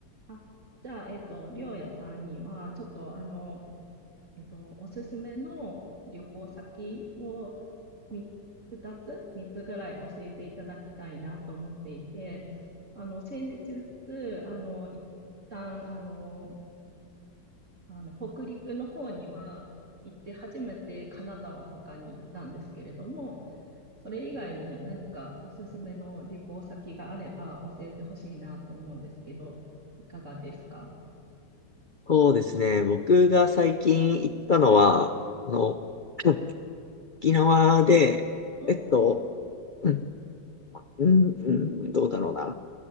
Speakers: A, on the right; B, on the left.
A: あ、じゃあ、えっと、りょうやさんには、ちょっと、あの、えっと、おすすめの旅行先をみ2つ、3つぐらい教えていただきたいなと思っていて、あの、先日、あの、一旦、あの、あの、北陸の方には行って初めて金沢とかに行ったんですけれども、それ以外に何かおすすめの旅行先があれば教えてほしいなと思うんですけど、いかがですか
B: そうですね。僕が最近行ったのは、あの、<clears throat> うん沖縄で、
A: おー、
B: えっと、うん、うん、うんどうだろうな。